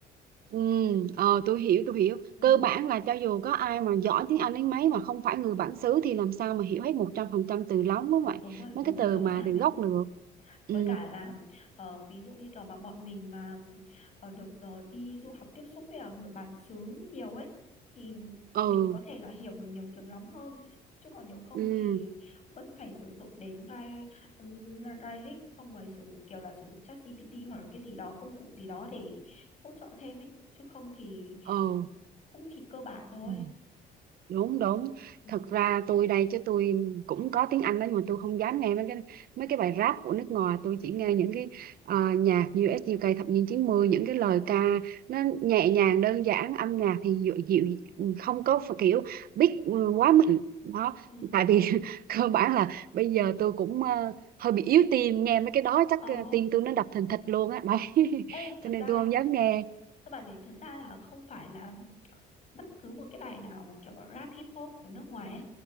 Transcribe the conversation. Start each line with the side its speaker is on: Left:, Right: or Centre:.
Right: ừ ờ tôi hiểu tôi hiểu
Left: ừ,
Right: cơ bản là cho dù có ai mà giỏi tiếng Anh đến mấy mà không phải người bản xứ thì làm sao mà hiểu hết một trăm phần trăm từ lóng đúng vậy
Left: đúng rồi
Right: mấy
Left: đúng
Right: cái
Left: rồi
Right: từ
Left: rõ
Right: mà
Left: ràng
Right: từ
Left: đấy
Right: gốc được ừ
Left: với cả là ờ, ví dụ như kiểu mà bọn mình mà ờ, được ờ, đi du học tiếp xúc với ờ, người bản xứ nhiều ấy thì
Right: ừ
Left: mình có thể là hiểu được nhiều tiếng lắm hơn chứ còn nếu không
Right: ừ
Left: thì vẫn phải sử dụng đến Rai- Rairik xong rồi sử kiểu là sử dụng ChatGPT hoặc là cái gì đó công cụ gì đó để hỗ trợ thêm ấy chứ không thì
Right: ừ
Left: cũng chỉ cơ bản thôi
Right: Ừ. đúng đúng
Left: ừ
Right: thật ra tôi đây chứ tôi cũng có tiếng Anh đó nhưng mà tôi không dám nghe mấy cái mấy cái bài rap của nước ngoài tôi chỉ nghe những cái ờ, nhạc US UK thập niên chín mươi những cái
Left: ờ
Right: lời ca nó nhẹ nhàng đơn giản âm nhạc thì dịu, dịu không có phải kiểu beat ừ, quá mạnh đó
Left: ừ
Right: tại vì <laughs> cơ bản là bây giờ tôi cũng ờ, hơi bị yếu tim nghe mấy cái đó chắc
Left: ồ
Right: ờ, tim tôi nó đập thình thịch luôn á đấy <laughs>
Left: ê thật
Right: cho nên
Left: ra
Right: tôi không dám nghe
Left: các bạn này thật ra là không phải là bất cứ một cái bài nào kiểu rap hip hop của nước ngoài ấy